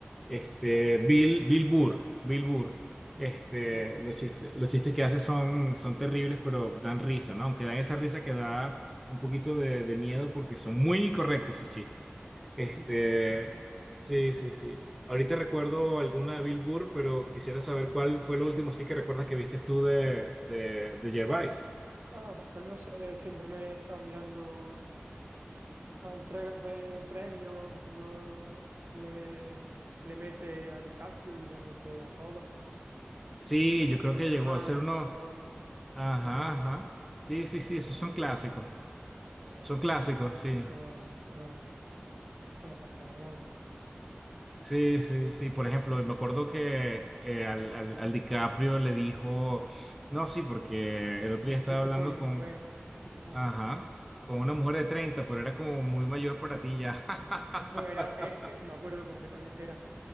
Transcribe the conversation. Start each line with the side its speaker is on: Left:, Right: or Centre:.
Centre: este, Bill, Bill Burr. Bill Burr.
Right: Mm,
Centre: Este,
Right: suena.
Centre: los chistes, los chistes que hace son, son terribles, pero dan risa, ¿no? Aunque dan esa risa que da un poquito de, de miedo porque son muy incorrectos sus chistes. Este,
Right: <clears throat>
Centre: sí, sí, sí. Ahorita recuerdo alguna de Bill Burr, pero quisiera saber cuál fue lo último sí que recuerdas que viste tú de, de, de Gervais.
Right: Ah, pues no sé, siempre me he estado mirando. Las entregas de premios, cuando le, le mete a DiCaprio y le mete a todos,
Centre: Sí, yo creo
Right: a Tom
Centre: que
Right: Hanks
Centre: llegó a ser uno.
Right: y a todos,
Centre: Ajá,
Right: a todos.
Centre: ajá. Sí, sí, sí,
Right: Y
Centre: esos
Right: yo
Centre: son
Right: creo
Centre: clásicos.
Right: que eso, fue lo- eso,
Centre: Son clásicos,
Right: los clásicos,
Centre: sí.
Right: eso, eso no, eso no pasa de moda.
Centre: Sí, sí, sí. Por ejemplo, me acuerdo que eh, al, al, al DiCaprio le dijo. No, sí, porque el otro
Right: El
Centre: día estaba
Right: chiste
Centre: hablando
Right: fue muy
Centre: con.
Right: bueno, el chiste fue
Centre: Ajá.
Right: muy bueno.
Centre: Con una mujer de 30, pero era como muy mayor para ti ya. <laughs>
Right: No, era, es que me acuerdo concretamente, era,